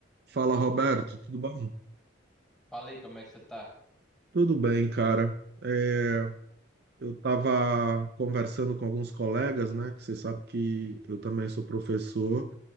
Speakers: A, on the right; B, in the centre.
A: Fala, Roberto, tudo bom?
B: Falei como é que você tá?
A: Tudo bem, cara. É, eu estava conversando com alguns colegas, né? Que você sabe que eu também sou professor